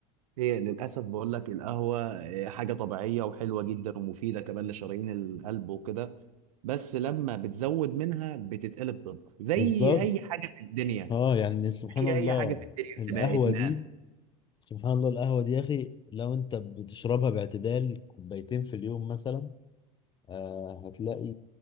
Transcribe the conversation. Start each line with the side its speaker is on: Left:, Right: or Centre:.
Right: هي للأسف بقول لك القهوة إيه، حاجة طبيعية وحلوة جدا ومفيدة كمان لشرايين القلب وكده بس لما بتزود منها بتتقلب ضدك زي
Left: بالظبط
Right: أي حاجة في الدنيا
Left: اه يعني سبحان
Right: زي
Left: الله
Right: أي حاجة في الدنيا
Left: القهوة
Right: بتبقى إدمان
Left: دي سبحان الله القهوة دي يا أخي لو أنت بتشربها باعتدال كوبايتين في اليوم مثلا آه هتلاقي